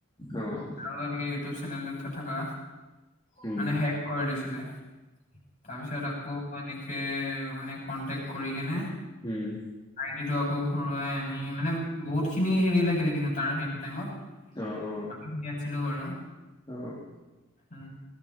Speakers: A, on the left; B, on the left.
A: অ',
B: তাৰু এনেকে ইউটিউব চে নেলটো থকা
A: উম,
B: মানে হেক কৰি দিছিলে। তাৰপিছত আকৌ অ এনেকে মানে কণ্টেক্ট কৰি কেনে
A: উম,
B: আইডিটো আকৌ ঘুৰুৱাই আনি মানে বহুত খিনি হেৰি লাগিলে কিন্তু তাৰ সেইটো টাইমত।
A: অ', অ',
B: আমি খিনি আনিছিলো বাৰু।
A: অ'।
B: উম,